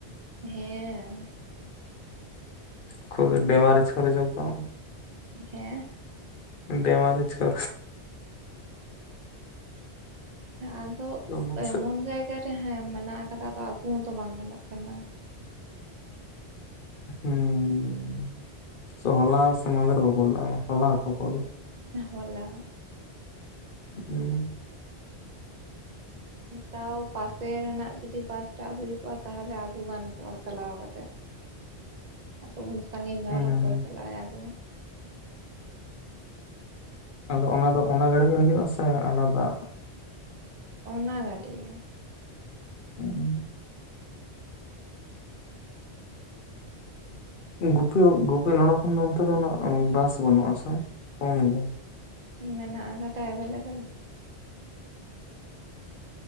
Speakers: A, on the right; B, on the left.
A: ᱦᱮᱸ ᱻ ᱾
B: ᱠᱷᱩᱵ ᱵᱮᱢᱟᱨᱮ ᱪᱚᱨ ᱠᱚ <unintelligible>
A: ᱦᱮᱸᱻ ᱾
B: ᱵᱮᱢᱟᱨᱤᱪ ᱠᱚ
A: ᱦᱮ ᱟᱫᱚ
B: ᱦᱩᱸ
A: ᱮᱢᱚᱱ ᱡᱟᱭᱜᱟ ᱨᱮ ᱦᱮᱸ ᱢᱮᱱᱟᱜ ᱟᱠᱟᱫᱟ ᱟᱫᱚ ᱟᱹᱜᱩ ᱦᱚᱸᱛᱚ ᱵᱟᱝ ᱜᱟᱱᱚᱜ ᱠᱟᱱᱟ ᱾
B: ᱦᱩᱸ ᱥᱮ ᱦᱚᱞᱟ ᱥᱮ ᱢᱟᱦᱫᱮᱨ ᱠᱚ ᱯᱳᱱᱞᱟ ᱦᱚᱞᱟ ᱠᱚ ᱠᱚᱞᱟᱝ - ᱟ ᱾
A: <unintelligible> ᱦᱚᱞᱟ
B: ᱦᱮᱸ
A: ᱛᱟᱣ ᱯᱟᱥᱮ ᱨᱮᱱᱟᱜ ᱡᱩᱚᱫᱤ ᱵᱟᱥᱴᱟᱜ ᱦᱩᱭ ᱠᱚᱜᱼᱟ ᱛᱟᱦᱚᱞᱮ ᱟᱹᱜᱩ ᱜᱟᱱ ᱠᱚᱜᱼᱟ ᱪᱟᱞᱟᱣ ᱠᱟᱛᱮᱜ ᱾
B: <inaudible>
A: ᱟᱫᱚ ᱩᱱ ᱥᱟᱺᱜᱤᱧ ᱫᱚ
B: ᱦᱮᱸ
A: ᱟᱨᱦᱚᱸ ᱠᱚᱭ ᱪᱟᱞᱟᱜᱟᱭ ᱟᱫᱚ ᱾
B: ᱦᱚᱸ ᱟᱫᱚ ᱚᱱᱟ ᱫᱚ ᱚᱱᱟ ᱜᱟᱹᱲᱤ ᱜᱮ ᱦᱤᱡᱩᱜᱟ ᱥᱮ ᱟᱞᱟᱫᱟ ᱾
A: ᱚᱱᱟ ᱜᱟᱰᱤ ᱜᱮ
B: ᱦᱩᱸ <inaudible> ᱜᱩᱯᱤ ᱜᱩᱯᱤ ᱱᱚᱰᱮ ᱠᱷᱚᱱ ᱫᱚ ᱚᱱᱛᱮ ᱫᱚ ᱩᱱᱟᱹᱜ ᱵᱟᱥ ᱵᱟᱱᱩᱜᱼᱟ ᱥᱮ ᱠᱚᱢ ᱜᱮ
A: ᱢᱮᱱᱟᱜ ᱟᱠᱟᱫᱟ ᱮᱵᱮᱞᱮᱵᱮᱞ